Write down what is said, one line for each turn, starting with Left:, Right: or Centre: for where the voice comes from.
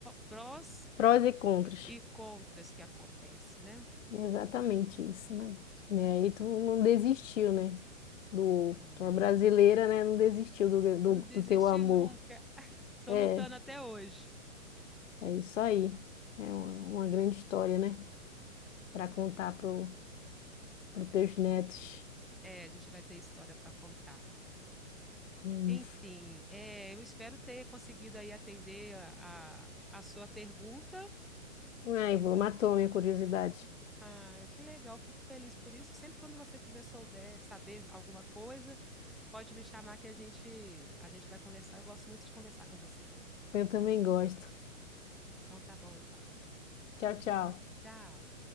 Centre: prós
Left: Prós
Centre: e,
Left: e contras.
Centre: e contras que acontecem, né?
Left: Exatamente isso, né? Né, aí tu não desistiu, né? Do,
Centre: Não.
Left: tu é brasileira, né? Não desistiu do,
Centre: Não
Left: do,
Centre: desisti
Left: do teu amor.
Centre: nunca. <laughs> Estou
Left: É,
Centre: lutando até hoje.
Left: é isso aí. É uma, uma grande história, né? Para contar pro, pro teus netos.
Centre: É, a gente vai ter história para contar.
Left: É
Centre: Enfim,
Left: Isso.
Centre: é, eu espero ter conseguido aí atender a, a, a sua pergunta.
Left: Ai, vou, matou a minha curiosidade.
Centre: Ah, que legal, fico feliz por isso. Sempre quando você quiser souber, saber alguma coisa, pode me chamar que a gente a gente vai conversar. Eu gosto muito de conversar com você.
Left: Eu também gosto.
Centre: Então tá bom então.
Left: Tchau, tchau.
Centre: Tchau.